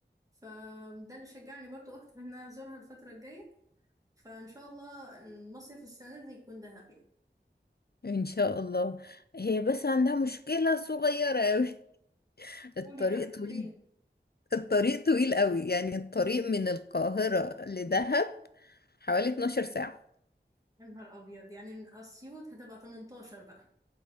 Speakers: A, on the right (about 20°); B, on the left (about 60°).
A: فده اللي شجعني برضو اكتر ان انا ازورها الفتره الجايه فان شاء الله المصيف السنه دي يكون دهب يعني
B: ان شاء الله هي بس عندها مشكلة صغيرة قوي <laughs> الطريق
A: قولي بقى جرين
B: طويل الطريق طويل قوي يعني الطريق من القاهرة لدهب حوالي 12 ساعة
A: يا نهار ابيض يعني من اسيوط هتبقى 18 بقى